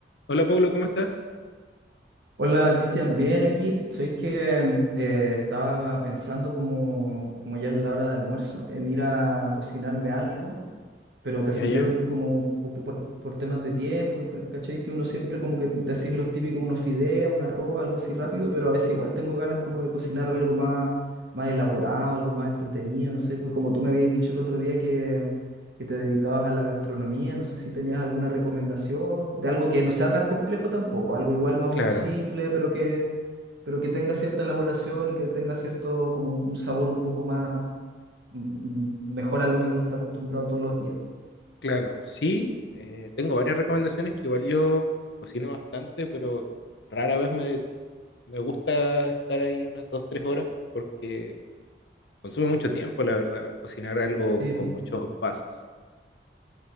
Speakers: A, on the left; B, on the right.
A: Hola Pablo, ¿cómo estás?
B: Hola Cristian, bien aquí. Sabéis que mm, eh, estaba pensando como, como ya es la hora de almuerzo en ir a cocinarme algo pero casi
A: Ya, ya,
B: yo como por, por- por temas de tiempo, ca- ¿cachai? Que uno siempre como que te hacen los típicos, unos fideos, un arroz, algo así rápido, pero a veces igual tengo ganas como de cocinar algo más, más elaborado, algo más entretenido, no sé, pues como tú me habías dicho el otro día que, que te dedicabas a la gastronomía, no sé si tenías alguna recomendación de algo que no sea tan complejo tampoco, algo igual más
A: claro,
B: o menos simple, pero que, pero que tenga cierta elaboración y que tenga cierto como un sabor un poco más mm, mm, mejor a lo que uno está acostumbrado todos los días.
A: claro. Sí, eh, tengo varias recomendaciones que igual yo cocino bastante, pero rara vez me, me gusta estar ahí unas dos, tres horas porque consume mucho tiempo, la verdad, cocinar algo
B: Sí,
A: con
B: po.
A: muchos pasos.